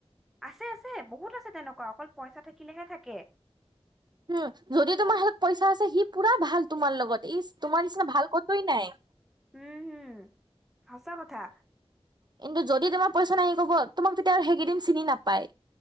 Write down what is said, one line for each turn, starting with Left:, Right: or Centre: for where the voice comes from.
Centre: আছে আছে বহুত আছে তেনেকুৱা অকল পইচা থাকিলেহে থাকে
Right: উম! যদি তোমাৰ হাতত পইচা আছে সি পুৰা ভাল তোমাৰ লগত। ইচ! তোমাৰ নিচিনা ভাল ক'তোৱেই নাই।
Centre: উম হম সঁচা কথা
Right: কিন্তু যদি তোমাৰ পইচা নাই কবা তোমাক তেতিয়া আৰু সেইকেইদিন চিনি নাপায়